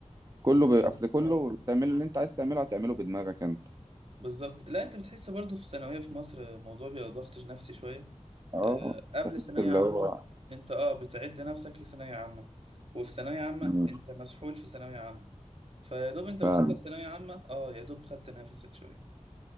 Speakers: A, on the right; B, on the right.
A: كله
B: بالظبط
A: ب... اصل كله
B: اه
A: بتعمل اللي انت عايز تعمله هتعمله بدماغك انت
B: بالظبط لا انت بتحس برضو في الثانويه في مصر الموضوع بيبقى ضغط نفسي شويه
A: اه
B: أه قبل ثانويه
A: اللي
B: عامه
A: هو
B: انت اه بتعد نفسك لثانويه عامه وفي ثانويه عامه
A: مم.
B: انت مسحول في ثانويه عامه فيا دوب انت
A: فعلا
B: بتخلص ثانويه عامه اه يا دوب خدت نفسك شويه